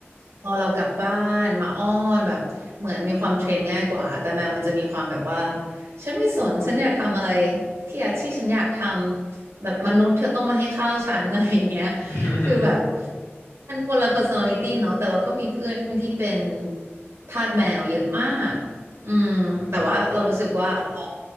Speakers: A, on the right (about 75°); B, on the left (about 80°).
A: พอเรากลับบ้านหมาอ้อนแบบเหมือนมีความเทรนง่ายกว่าแต่แมวมันจะมีความแบบว่าฉันไม่สนฉันอยากทำอะไรที่อยากที่ฉันอยากทำแบบมนุษย์เธอต้องมาให้ข้าวฉัน <laughs> อะไรอย่างเงี้ย
B: อ
A: คือแบบมันคนละ personality เนาะแต่เราก็มีเพื่อนที่เป็นทาสแมวเยอะมากอืมแต่ว่าเรารู้สึกว่าเรา
B: ืม